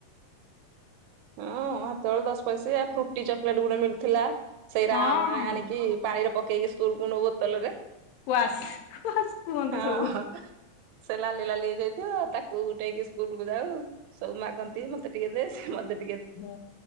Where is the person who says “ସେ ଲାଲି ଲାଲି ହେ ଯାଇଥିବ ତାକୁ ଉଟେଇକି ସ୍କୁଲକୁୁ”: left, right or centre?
Right